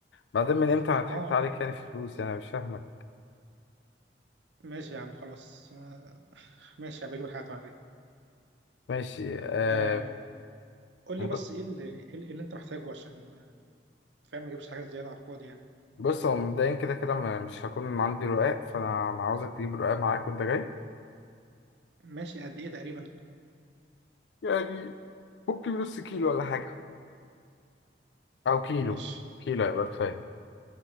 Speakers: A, on the left; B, on the right.
A: بعدين من امتى انا ضحكت
B: اه يعني
A: عليك يعني في فلوس يعني أنا مش فاهمك
B: ماشي يا عم خلاص آه، ماشي هبقى اجيب الحاجات وانا جاي
A: ماشي آه
B: آه قول
A: ب-
B: لي بس ايه اللي, إيه اللي إيه اللي انت محتاجه عشان آه، فاهم ما اجيبش حاجات زياده على الفاضي يعني
A: بص هو مبدئيا كده كده ما- مش هكون عندي رقاق فانا أنا عاوزك تجيب رقاق معاك وانت جاي
B: ماشي قد ايه تقريبا
A: يعني ممكن نص كيلو ولا حاجة او كيلو
B: ماشي
A: كيلو هيبقى كفايه